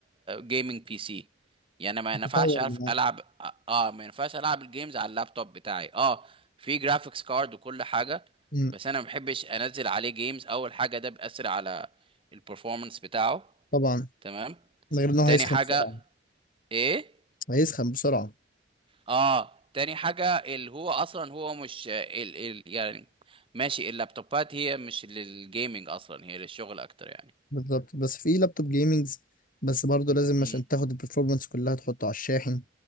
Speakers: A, on the right; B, on the left.
A: جيمنج بي سي يعني ما ينفعش
B: تطور
A: اعرف
B: من عندك.
A: العب اه آه، ما ينفعش العب الجيمز على اللابتوب بتاعي اه في جرافيكس كارد وكل حاجه
B: مم.
A: بس انا ما بحبش انزل عليه جيمز اول حاجه ده بيأثر على البرفورمانس بتاعه
B: طبعا
A: تمام
B: من غير ان هو
A: تاني
B: هيسخن
A: حاجة
B: بسرعة
A: ايه
B: هيسخن بسرعة
A: اه تاني حاجة اللي هو اصلا هو مش ال ال يعني ماشي اللابتوبات هي مش للجيمنج اصلا هي للشغل اكتر يعني
B: بالظبط بس في لابتوب جيمنجز بس برضه لازم
A: امم
B: عشان تاخد البرفورمانس كلها تحطه على الشاحن